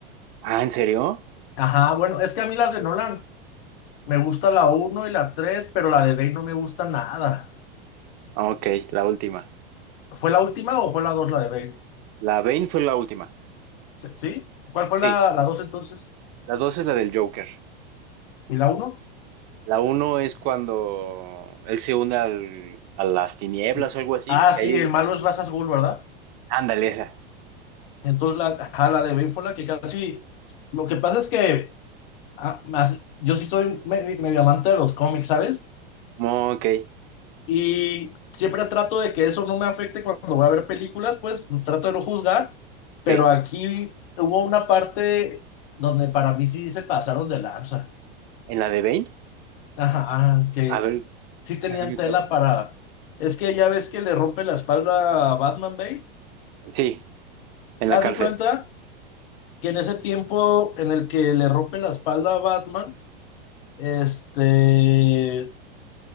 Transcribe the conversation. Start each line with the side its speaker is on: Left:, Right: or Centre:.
Right: Ah, ¿en serio?
Left: Ajá, bueno, es que a mí las de Nolan me gusta la uno y la tres pero la de Bane no me gusta nada.
Right: Ah, Ok, la última.
Left: ¿Fue la última o fue la dos la de Bane?
Right: La Bane fue la última.
Left: Se- ¿Sí? ¿Cuál fue la,
Right: Sí.
Left: la 2 entonces?
Right: La dos es la del Joker.
Left: ¿Y la uno
Right: La uno es cuando él se une al, a las tinieblas
Left: Sí.
Right: o algo así.
Left: Ah,
Right: Que
Left: sí,
Right: hay...
Left: el malo es Razas Ghul, ¿verdad?
Right: Ándale, esa.
Left: Entonces la, ajá, la de Bane fue la que casi... Lo que pasa es que ah, as- yo sí soy me- medio amante de los cómics, ¿sabes?
Right: Mm, Ok,
Left: Y siempre trato de que eso no me afecte cuando voy a ver películas, pues trato de no juzgar, pero
Right: sí.
Left: aquí hubo una parte donde para mí sí se pasaron de lanza.
Right: ¿En la de Bane?
Left: Ajá, ajá, que
Right: A ver,
Left: que sí tenían
Right: ajá, dime
Left: tela
Right: cuál.
Left: para... Es que ya ves que le rompe la espalda a Batman Bale.
Right: Sí, en
Left: Haz
Right: la cárcel.
Left: de cuenta que en ese tiempo en el que le rompe la espalda a Batman, este...